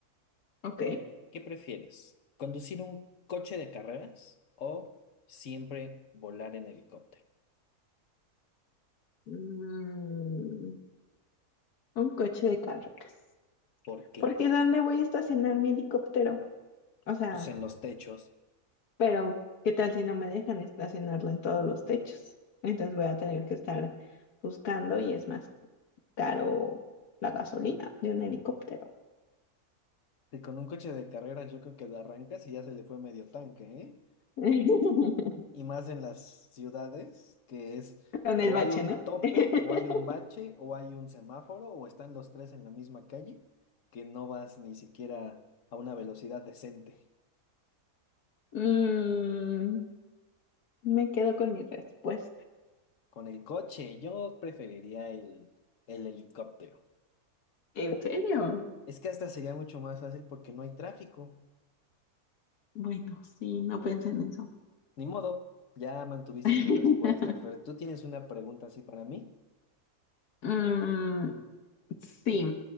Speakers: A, on the left; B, on the left.
A: Ok.
B: ¿Qué prefieres? ¿Conducir un coche de carreras o siempre volar en helicóptero?
A: Mm, un coche de carreras.
B: ¿Por qué?
A: Porque ¿dónde voy a estacionar mi helicóptero? O sea,
B: Pues en los techos.
A: Pero, ¿qué tal si no me dejan estacionarlo en todos los techos? Entonces voy a tener que estar buscando y es más caro la gasolina de un helicóptero.
B: Y con un coche de carreras yo creo que lo arrancas y ya se le fue medio tanque, ¿eh?
A: <laughs>
B: y más en las ciudades, que es
A: Con
B: o
A: el bache,
B: hay un
A: ¿no?
B: tope,
A: <laughs>
B: o hay un bache, o hay un semáforo, o están los tres en la misma calle, que no vas ni siquiera a una velocidad decente.
A: Mm, Me quedo con mi respuesta.
B: Con el coche, yo preferiría el, el helicóptero.
A: ¿en serio?
B: Es que hasta sería mucho más fácil porque no hay tráfico.
A: Bueno, sí, no pensé en eso.
B: Ni modo, ya mantuviste
A: <laughs>
B: tu respuesta, Fer. ¿Tú tienes una pregunta así para mí?
A: Mm, sí.